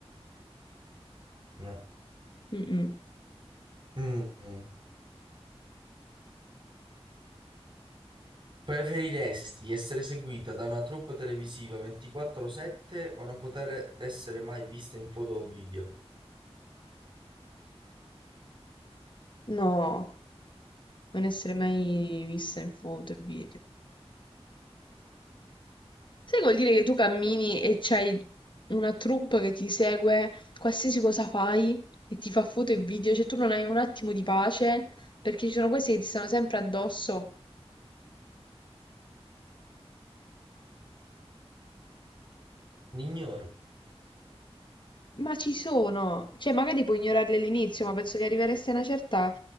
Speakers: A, on the right (about 50°); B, on the left (about 50°).
A: No.
B: Mm-mm.
A: Mm. Preferiresti essere seguita da una troupe televisiva 24/7 o non poter essere mai vista in foto o video?
B: No, non essere mai vista in foto e video. Sai che vuol dire che tu cammini e c'hai una troupe che ti segue qualsiasi cosa fai e ti fa foto e video, cioè tu non hai un attimo di pace perché ci sono questi che ti stanno sempre addosso.
A: L'ignoro.
B: Ma ci sono, cioè magari puoi ignorarli all'inizio, ma penso che arriveresti a una certa